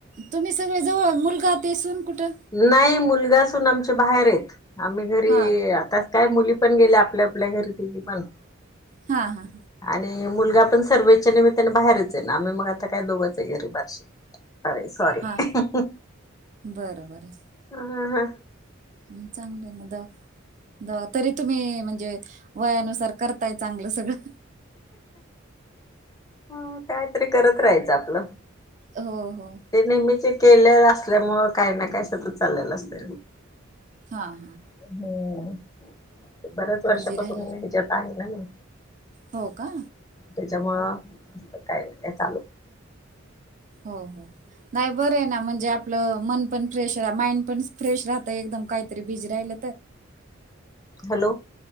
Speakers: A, on the right (about 40°); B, on the left (about 20°).
A: तुम्ही सगळे जवळ मुलगा ते सून कुठं?
B: नाही मुलगा सून आमचे बाहेर आहेत आम्ही घरी
A: हा
B: आता काय मुली पण गेल्या आपल्या आपल्या घरी तिनी पण
A: हा हा!
B: आणि मुलगा पण सर्व्हिच्या निमित्ताने बाहेरच आहे ना आम्ही मग आता काय दोघंच आहे घरी बार्शीला. अरे सॉरी!
A: हा बरं बरं!
B: ह हा!
A: हम्, चांगले ना दोघे. जा तरी तुम्ही म्हणजे वयानुसार करताय चांगलं सगळं.
B: कायतरी करत राहायचं आपलं.
A: हो हो.
B: ते नेहमीचे केले असल्यामुं काय ना काय सतत चाललेल असत.
A: हा-हा.
B: हम्म ते बऱ्याच वर्षापासून
A: बिझी राहिलं
B: म्याच्यात आहे ना मी.
A: हो का.
B: त्याच्यामुंत काय नाही का चालू.
A: हो हो नाही बरं ना म्हणजे आपलं मन पण फ्रेश माइंड पण फ्रेश राहत एकदम काहीतरी बिज राहिल.
B: हॅलो.